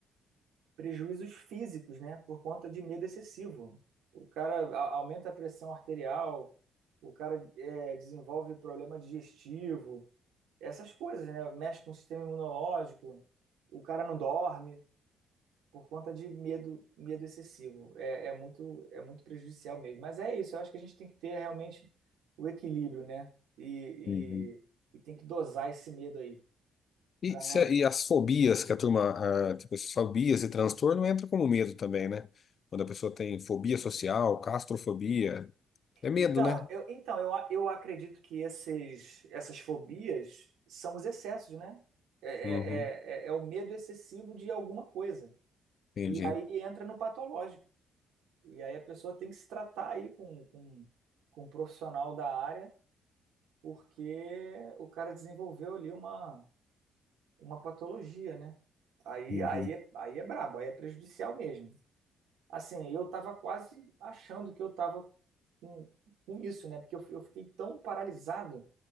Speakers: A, on the right; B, on the left.
A: prejuízos físicos, né, por conta de medo excessivo. O cara a- aumenta a pressão arterial, o cara é, desenvolve problema digestivo. essas coisas, né? Mexe com o sistema imunológico, o cara não dorme por conta de medo, medo excessivo. É, é muito, é muito prejudicial mesmo. Mas é isso, eu acho que a gente tem que ter realmente o equilíbrio, né? E,
B: Uhum.
A: e, e tem que dosar esse medo aí,
B: E,
A: para
B: se-
A: não.
B: é, e as fobias que a turma, ah, tipo, essas fobias e transtorno entra como medo também, né? Quando a pessoa tem fobia social, castrofobia, é medo,
A: Então,
B: né?
A: eu, então eu, a- eu acredito que esses, essas fobias são os excessos, né? É, é,
B: Uhum,
A: é, é é o medo excessivo de alguma coisa.
B: entendi.
A: E aí entra no patológico. E aí a pessoa tem que se tratar aí com, com, com um profissional da área, porque o cara desenvolveu ali uma, uma patologia, né? Aí,
B: Uhum,
A: aí, é, aí é brabo, aí é prejudicial mesmo. Assim, eu tava quase achando que eu tava com, com isso, né? Porque eu, fi- eu fiquei tão paralisado